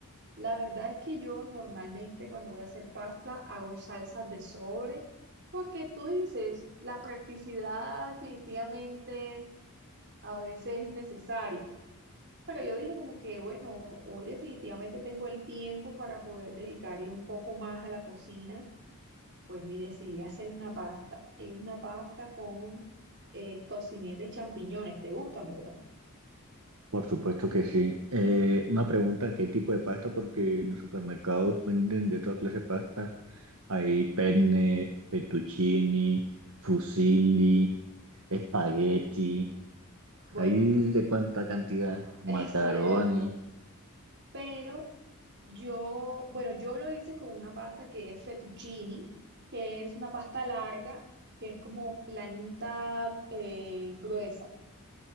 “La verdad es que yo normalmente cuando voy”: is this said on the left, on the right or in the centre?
Right